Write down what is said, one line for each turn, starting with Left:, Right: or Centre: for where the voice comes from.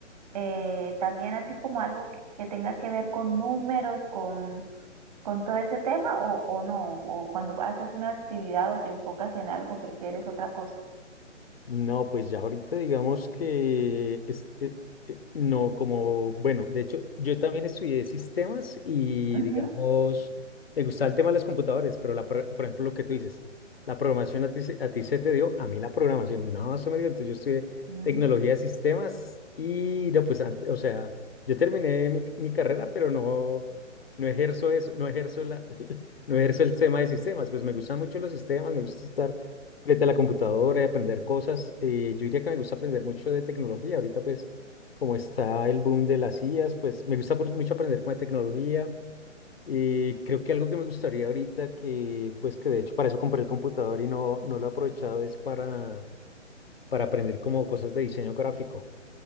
Right: Eh, también así como algo que tenga que ver con números, con con todo ese tema o, o no? ¿O cuando haces una actividad o te enfocas en algo, prefieres otra cosa?
Left: No, pues ya ahorita digamos que es, eh, eh, no como, bueno, de hecho yo también estudié sistemas y
Right: Ujú.
Left: digamos, me gustaba el tema de las computadoras, pero la, pro- por ejemplo lo que tú dices, la programación a ti, se- a ti se te dio, a mí la programación no se me dio, entonces yo estudié
Right: Mm,
Left: tecnología de sistemas y no, pues, ant- o sea, yo terminé mi, mi carrera, pero no, no ejerzo eso, no ejerzo la, <laughs> no ejerzo el tema de sistemas, pues me gustan mucho los sistemas, me gusta estar frente a la computadora y aprender cosas. eh, yo diría que me gusta aprender mucho de tecnología. Ahorita, pues, como está el boom de las IAs, pues me gusta por- mucho aprender con la tecnología. Y creo que algo que me gustaría ahorita, que pues que de hecho para eso compré el computador y no, no lo he aprovechado, es para, para aprender como cosas de diseño gráfico.